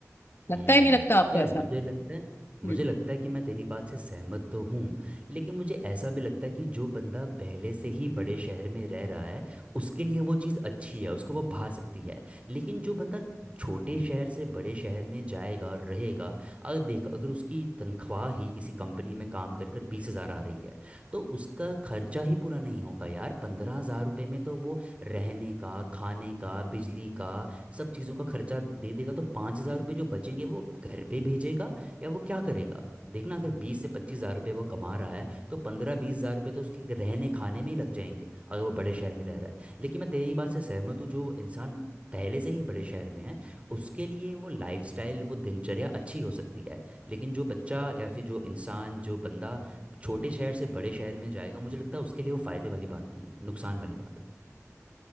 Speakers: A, on the left; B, on the right.
A: लगता
B: हम्म
A: ही नहीं लगता आपको
B: यार
A: ऐसा
B: मुझे लगता है मुझे
A: हम्म
B: लगता है कि मैं तेरी बात से सहमत तो हूँ लेकिन मुझे ऐसा भी लगता है कि जो बंदा पहले से ही बड़े शहर में रह रहा है उसके लिए वो चीज़ अच्छी है उसको वो भा सकती है लेकिन जो बंदा छोटे शहर से बड़े शहर में जाएगा और रहेगा अगर देख अगर उसकी तनख्वाह ही किसी कंपनी में काम कर कर बीस हज़ार आ रही है तो उसका खर्चा ही पूरा नहीं होगा यार पंद्रह हज़ार रुपये में तो वो रहने का खाने का बिजली का सब चीज़ों का खर्चा दे देगा तो पाँच हज़ार रुपये जो बचेंगे वो घर पे भेजेगा या वो क्या करेगा देखना अगर बीस से पच्चीस हज़ार रुपये वो कमा रहा है तो पंद्रह बीस हज़ार रुपये तो उसके रहने खाने में ही लग जाएंगे अगर वो बड़े शहर में रह रहा है लेकिन मैं तेरी बात से सहमत हूँ जो इंसान पहले से ही बड़े शहर में है उसके लिए वो लाइफस्टाइल वो दिनचर्या अच्छी हो सकती है लेकिन जो बच्चा या फिर जो इंसान जो बंदा छोटे शहर से बड़े शहर में जाएगा मुझे लगता है उसके लिए वो फायदे वाली बात नहीं है नुकसान वाली बात है